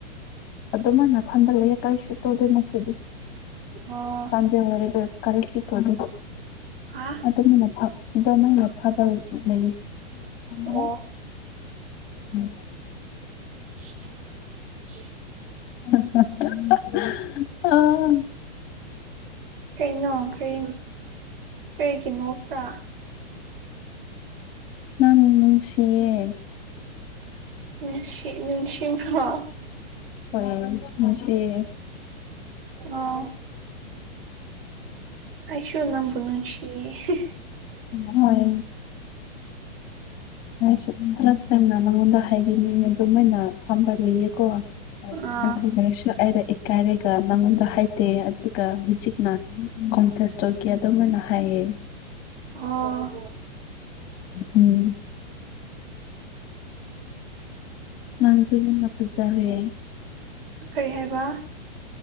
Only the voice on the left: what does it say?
ꯑꯗꯨꯃꯥꯏꯅ ꯈꯟꯕ ꯂꯩꯌꯦ ꯀꯔꯤꯁꯨ ꯇꯧꯗꯦ ꯉ ꯁꯤꯗ
ꯆꯥꯟꯗꯦꯜꯗ ꯀꯔꯤꯁꯤ ꯇꯧꯗꯦ
ꯑꯗꯨꯝꯅ ꯑꯗꯨꯃꯩꯅ ꯐꯕ ꯂꯩꯌꯦ ꯎ
ꯎꯝ
ꯍ ꯍ ꯍ ꯍ ꯑꯥ
ꯅꯪ ꯅꯨꯡꯁꯤꯌꯦ
ꯍꯣꯏ ꯅꯨꯡꯁꯤꯌꯦ
ꯍꯣꯏ ꯑꯩꯋꯨ ꯂꯥꯁ ꯇꯥꯏꯝꯅ ꯅꯉꯣꯟꯗ ꯍꯥꯏꯗꯤ ꯃꯤꯅ ꯑꯗꯨꯝꯃꯥꯏꯅ ꯐꯝꯕ ꯂꯩꯌꯦꯀꯣ
ꯑꯗꯨꯒ ꯑꯩꯁꯨ ꯑꯩꯔ ꯏꯀꯥꯏꯔꯒ ꯅꯪꯉꯣꯟꯗ ꯍꯥꯏꯗꯦ ꯑꯗꯨꯒ ꯍꯨꯖꯤꯛꯅ ꯀꯣꯝꯐꯦꯁ ꯇꯧꯒꯦ ꯑꯗꯨꯃꯥꯏꯅ ꯍꯥꯏꯌꯦ
ꯎꯝ ꯅꯪꯗꯣ ꯌꯥꯝꯅ ꯐꯖꯔꯦ